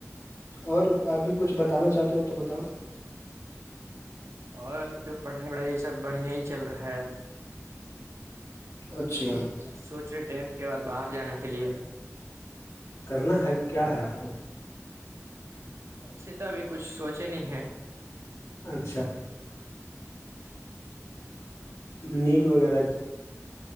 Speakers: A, on the left (about 70°); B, on the right (about 60°).
A: اور آپ بھی کچھ بتانا چاہتے ہو تو بتاؤ
B: ج <unintelligible> اور ابھی تو پڑھائی وڑھائی یہ سب بڑھیا ہی چل رہا ہے
A: اچھا
B: ابھی سوچے ٹینتھ کے بعد باہر جانے کے لیے
A: کرنا ہے کیا ہے آپ کو
B: ویسے تو ابھی کچھ سوچے نہیں ہے
A: اچھا نیٹ وغیرہ